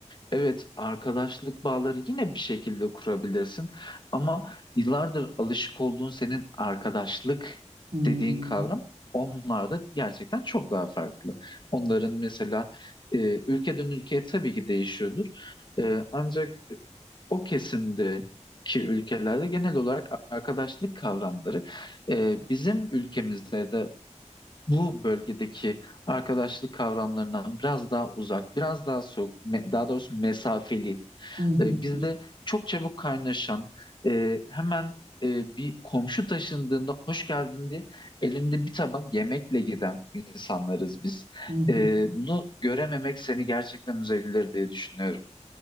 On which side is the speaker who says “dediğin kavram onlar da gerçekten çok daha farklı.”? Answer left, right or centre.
Left